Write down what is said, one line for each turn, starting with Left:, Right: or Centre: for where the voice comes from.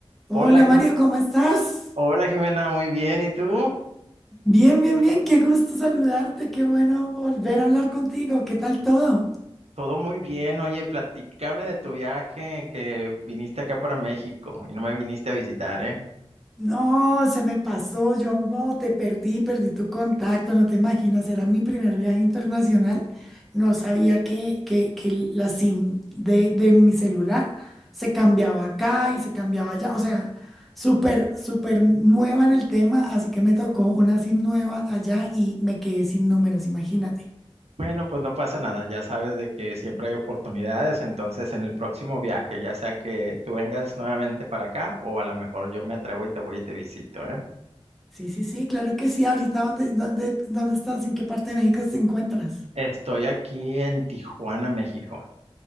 Centre: Hola
Right: Hola, Jime-
Centre: Mario, ¿cómo estás?
Right: Hola Jimena, muy bien. ¿Y tú?
Centre: Bien, bien, bien, qué gusto saludarte, qué bueno volver a hablar contigo, ¿qué tal todo?
Right: Todo muy bien. Oye, platícame de tu viaje que viniste acá para México y no me viniste a visitar, ¿eh?
Centre: No, se me pasó, yo no te perdí, perdí tu contacto, no te imaginas, era mi primer viaje internacional, no sabía que, que, que la SIM de, de mi celular se cambiaba acá y se cambiaba allá, o sea, súper, súper nueva en el tema, así que me tocó una SIM nueva allá y me quedé sin números, imagínate.
Right: Bueno, pues no pasa nada. Ya sabes de que siempre hay oportunidades. Entonces, en el próximo viaje, ya sea que tú vengas nuevamente para acá o a lo mejor yo me atrevo y te voy y te visito, ¿eh?
Centre: Sí, sí, sí, claro que sí. Ahorita, ¿dónde, dónde, dónde estás? ¿En qué parte de México te encuentras?
Right: Estoy aquí en Tijuana, México.